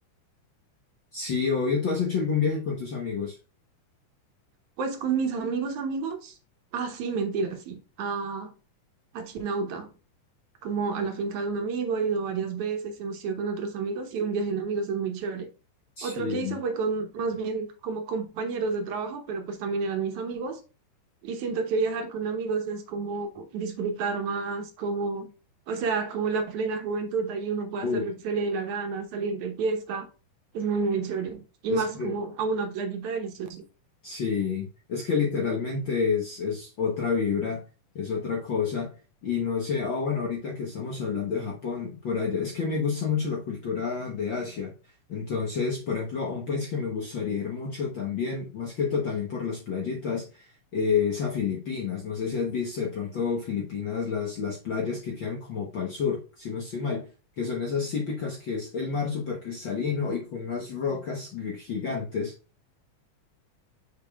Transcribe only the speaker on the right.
Pues con mis amigos, amigos, ah, sí, mentira, sí, a, a Chinauta. como a la finca de un amigo, he ido varias veces, hemos ido con otros amigos y un viaje en amigos es muy chévere.
Otro que hice fue con más bien como compañeros de trabajo, pero pues también eran mis amigos y siento que viajar con amigos es como disfrutar más, como, o sea, como la plena juventud, ahí uno puede
hacer lo que se le dé la gana, salir de fiesta, es muy, muy chévere. Y
más
como a una playita deliciosa.